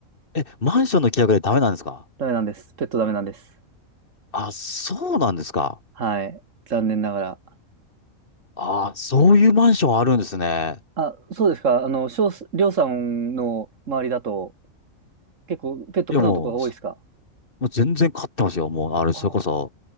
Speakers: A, on the left; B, on the right.
A: え、マンションの規約でダメなんですか
B: ダメなんです。ペットダメなんです。
A: あ、そうなんですか。
B: はい。残念ながら。
A: ああ、そういうマンションあるんですね。
B: あ、そうですか。あの、しょうす、りょうさんの周りだと、結構ペット可のとかが多いですか
A: いやもう、そもう全然買ってますよ。もう、あれ、それこそ、
B: あ、